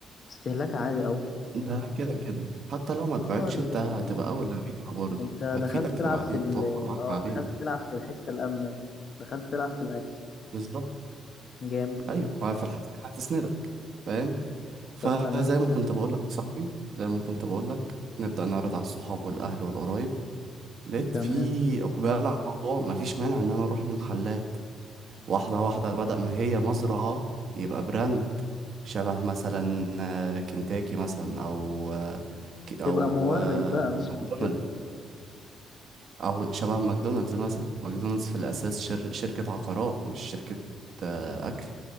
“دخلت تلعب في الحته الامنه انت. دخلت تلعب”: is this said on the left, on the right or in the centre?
Left